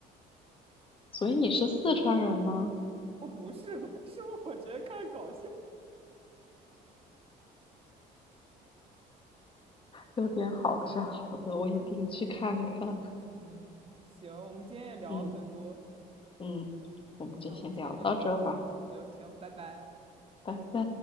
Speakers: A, on the left; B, on the right.
A: 所以你是四川人吗？
B: 哦，不是的，<laughs> 是我觉得看搞笑。
A: 有点好像好的，我一定去看看。
B: 嗯嗯嗯，行，我们今天也聊了很多，
A: 嗯嗯，我们就先聊到这吧，
B: 那我们今天就是行行，拜拜。
A: 拜拜。